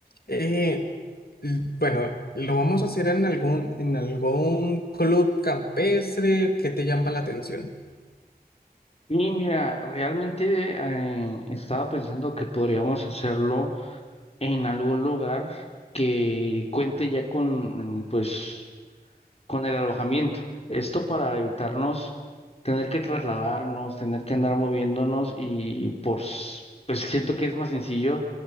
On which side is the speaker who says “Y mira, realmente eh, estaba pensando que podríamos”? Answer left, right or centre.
Left